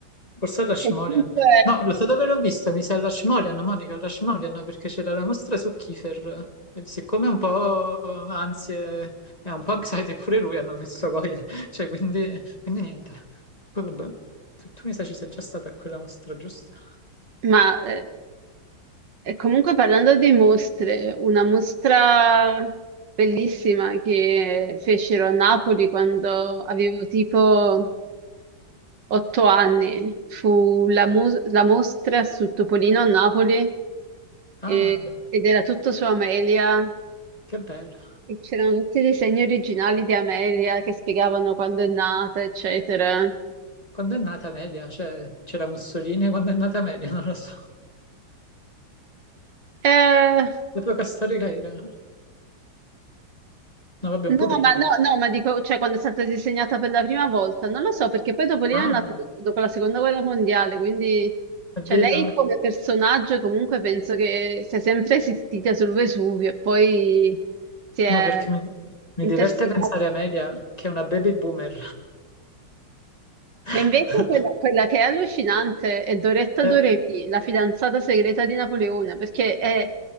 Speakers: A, on the left (about 20°); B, on the right (about 65°).
A: Forse Rashmorian.
B: Comunque,
A: No, lo so dove l'ho vista, mi sa Rashmorian, Monica Rashmorian, perché c'era la mostra su Kiefer. E siccome è un po' ansie e un po' anxiety pure lui hanno messo Goya, <laughs> cioè quindi, quindi niente. Poi vabbè, tu, tu mi sa ci sei già stata a quella mostra, giusto?
B: ma eh, e comunque parlando di mostre, una mostra bellissima che fecero a Napoli quando avevo tipo otto anni fu la, mu- la mostra su Topolino a Napoli
A: Ah,
B: e- ed era tutto su Amelia
A: che bello.
B: e c'erano tutti i disegni originali di Amelia che spiegavano quando è nata, eccetera.
A: Quando è nata Media? Cioè, c'era Mussolini quando è nata Media, <laughs> non lo so.
B: Eh,
A: L'epoca storica era? No, vabbè,
B: No,
A: un po' prima.
B: ma no, no, ma dico, cioè quando è stata disegnata per la prima volta, non lo so, perché poi dopo lì
A: Ah,
B: è nato do- dopo la seconda guerra mondiale, quindi
A: è
B: cioè
A: vero?
B: lei come personaggio comunque penso che sia sempre esistita sul Vesuvio e poi si è
A: No, perché mi, mi
B: intersecata.
A: diverte pensare a Media, che è una baby boomer. <laughs>
B: Ma invece quella, quella che è allucinante è Doretta
A: Eh,
B: Doremi, la fidanzata segreta di Napoleone, perché è,